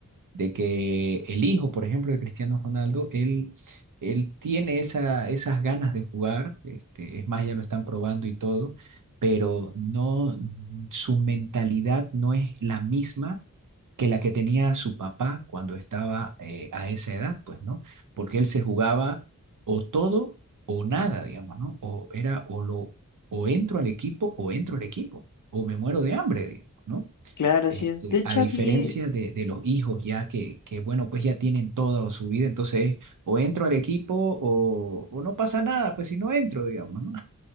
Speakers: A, on the right; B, on the left.
A: de que el hijo, por ejemplo, de Cristiano Ronaldo, él, él tiene esa, esas ganas de jugar, este, es más, ya lo están probando y todo, pero no, su mentalidad no es la misma que la que tenía su papá cuando estaba eh, a esa edad, pues, ¿no? Porque él se jugaba o todo o nada, digamos, ¿no? O era o lo o entro al equipo o entro al equipo o me muero de hambre, digamos, ¿no?
B: Claro,
A: Este,
B: así es. De hecho,
A: a diferencia
B: había,
A: de, de los hijos ya que, que, bueno, pues ya tienen toda su vida, entonces o entro al equipo o, o no pasa nada, pues si no entro, digamos, ¿no?